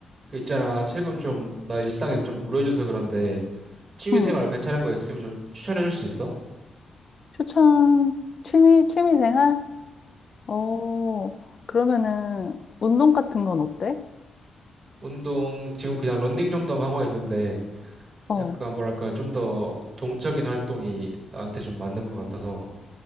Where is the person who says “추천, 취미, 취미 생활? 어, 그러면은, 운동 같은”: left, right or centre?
Left